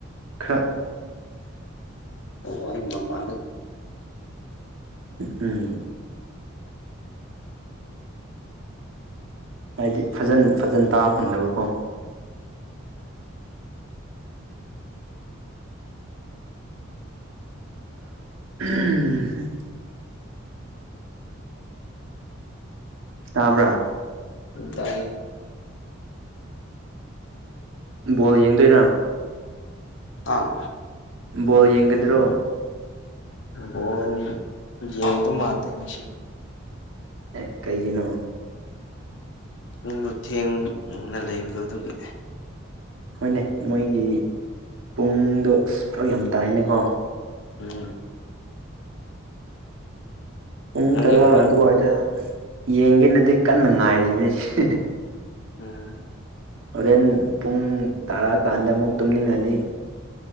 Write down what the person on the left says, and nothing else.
ꯑꯣ ꯑꯩ ꯃꯄꯥꯟꯗ
ꯎꯝ ꯇꯥꯏ ꯑꯦ
ꯑꯥ
ꯕꯣꯜ ꯌꯦꯡꯗꯧ ꯃꯥꯟꯗꯦ ꯉꯁꯤꯗꯤ
ꯄꯨꯡꯗꯣ ꯊꯦꯡꯅ ꯂꯩꯕꯗꯣ ꯑꯗꯨꯒꯤ
ꯎꯝ
ꯅꯪ
ꯌꯦꯡꯗꯣꯏꯔꯣ
ꯎꯝ